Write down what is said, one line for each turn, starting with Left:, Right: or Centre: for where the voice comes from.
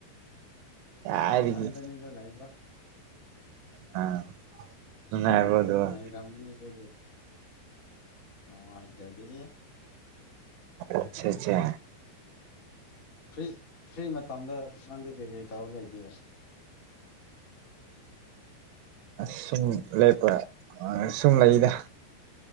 Right: ꯀꯥꯏꯗꯒꯤ
Left: ꯍꯥꯏꯗꯤ ꯏꯊꯟꯗꯅꯤꯗ ꯂꯩꯕ
Right: ꯑꯥ ꯅꯨꯡꯉꯥꯏꯕ꯭ꯔꯣ ꯑꯗꯨꯒ
Left: ꯎ ꯅꯔꯝꯃꯅꯤꯗꯗꯤ ꯅꯅꯨꯡ ꯍꯥꯏꯗ꯭ꯔꯦꯗꯤ
Right: ꯑꯆꯥ ꯑꯆꯥ
Left: ꯐ꯭ꯔꯤ ꯐ꯭ꯔꯤ ꯃꯇꯝꯗ ꯅꯪꯗꯤ ꯀꯩ ꯀꯩ ꯇꯧꯔ ꯂꯩꯒꯦ ꯑꯦ
Right: ꯑꯁ ꯁꯨꯝ ꯂꯦꯞꯄ ꯁꯨꯝ ꯂꯩꯗ